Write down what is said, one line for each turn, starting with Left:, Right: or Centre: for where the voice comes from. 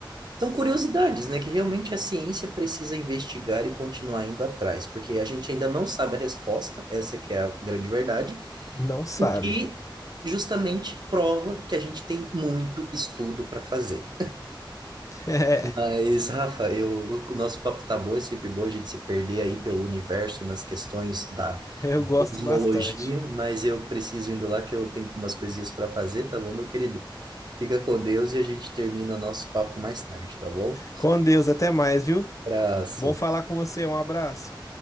Right: são curiosidades, né? Que realmente a ciência precisa investigar e continuar indo atrás, porque a gente ainda não sabe a resposta, essa que é a grande verdade,
Left: não sabe.
Right: o que justamente prova que a gente tem muito estudo para fazer.
Left: <laughs>
Right: Mas, Rafa, eu, o nosso papo tá bom, é sempre bom a gente se perder aí pelo universo e nas questões da
Left: É, eu gosto
Right: cosmologia,
Left: bastante.
Right: mas eu preciso indo lá que eu tenho umas coisinhas para fazer, tá bom, meu querido? Fica com Deus e a gente termina nosso papo mais tarde, tá bom?
Left: Com Deus, até mais, viu?
Right: Abraço.
Left: Bom falar com você, um abraço.